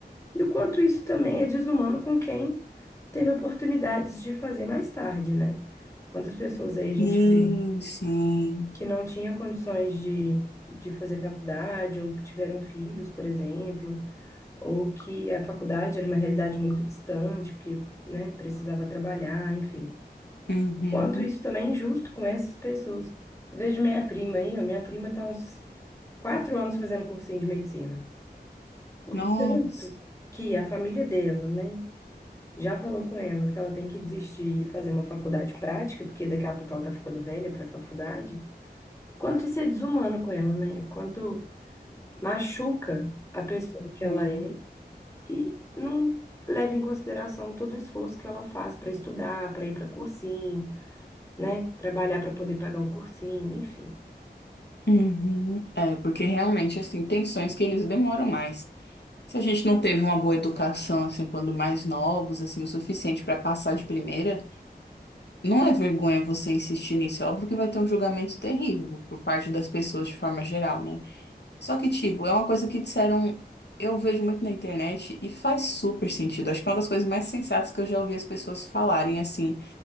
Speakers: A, on the left (about 15°); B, on the left (about 85°).
A: E o quanto isso também é desumano com quem teve oportunidades de fazer mais tarde, né? Quantas pessoas aí a gente
B: Sim,
A: vê
B: sim.
A: que não tinham condições de, de fazer faculdade, ou que tiveram filhos, por exemplo, ou que a faculdade era uma realidade muito distante, porque, né, precisava trabalhar, enfim.
B: Uhum.
A: O quanto isso também é injusto com essas pessoas. Eu Vejo minha prima aí, ó, minha prima está uns quatro anos fazendo cursinho de medicina. O
B: Nossa.
A: tanto que a família dela, né? Já falou com ela que ela tem que desistir e fazer uma faculdade prática, porque daqui a pouco ela tá ficando velha para faculdade. Quanto isso é desumano com ela, né? O Quanto machuca a pessoa que
B: Uhum.
A: ela é e não leva em consideração todo o esforço que ela faz para estudar, para ir para cursinho, né? Trabalhar para poder pagar o cursinho, enfim.
B: Uhum. É, porque realmente, assim, tem sonhos que eles demoram mais. Se a gente não teve uma boa educação, assim, quando mais novos, assim, o suficiente para passar de primeira, não é vergonha você insistir nisso. É óbvio que vai ter um julgamento terrível por parte das pessoas de forma geral, né? Só que, tipo, é uma coisa que disseram, eu vejo muito na internet e faz super sentido. Acho que é uma das coisas mais sensatas que eu já ouvi as pessoas falarem, assim,